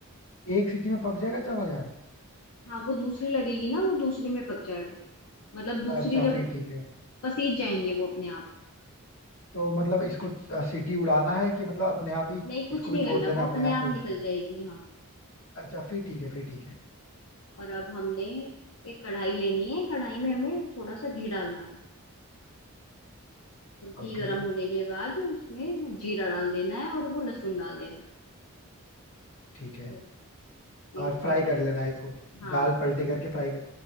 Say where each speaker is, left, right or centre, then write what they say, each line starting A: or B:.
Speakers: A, on the left; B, on the left.
A: एक सीटी में पक जाएगा चावल यार
B: हाँ वो दूसरी लगेगी ना वो दूसरी में पक जाएगा मतलब दूसरी
A: अच्छा
B: जब
A: फिर ठीक है
B: पसीज जाएंगे वो अपने आप
A: तो मतलब इसको सीटी उड़ाना है कि मतलब अपने आप ही
B: नहीं कुछ
A: इसको
B: नहीं
A: भी छोड़
B: करना
A: देना
B: वो
A: है
B: अपने
A: अपने आप
B: आप
A: को लेकर
B: निकल जाएगी हाँ
A: अच्छा फिर ठीक है फिर ठीक है
B: और अब हमने एक कढ़ाई लेनी है कढ़ाई में हमें थोड़ा सा घी डालना है और घी
A: ओके
B: गर्म होने के बाद उसमें जीरा डाल देना है और वो लहसुन डाल देना है
A: ठीक है
B: और फिर
A: और
B: उसके
A: फ्राई
B: बाद
A: कर लेना है इसको
B: हाँ
A: दाल पलटी
B: तो-
A: करके फ्राई कर